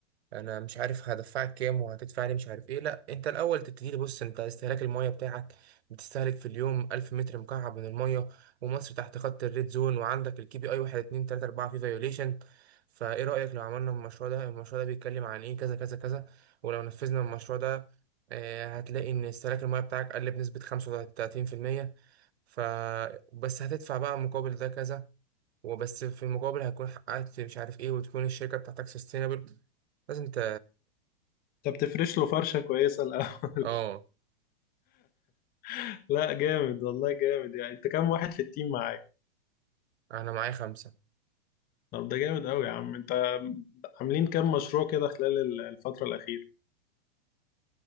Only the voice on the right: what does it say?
انا مش عارف هدفعك كام وهتدفع لي مش عارف ايه لا انت الاول تبتدي تبص انت استهلاك الميه بتاعك بتستهلك في اليوم 1000 متر مكعب من الميه ومصر تحت خط الريد زون وعندك الكي بي اي 1 2 3 4 في فيوليشن فايه رايك لو عملنا المشروع ده المشروع ده بيتكلم عن ايه كذا كذا كذا ولو نفذنا المشروع ده آه، هتلاقي ان استهلاك الميه بتاعك قل بنسبه 35% ف بس هتدفع بقى مقابل ده كذا وبس في المقابل هتكون حققت مش عارف ايه وتكون الشركة بتاعتك سستينابل لازم انت
اه
انا معايا خمسة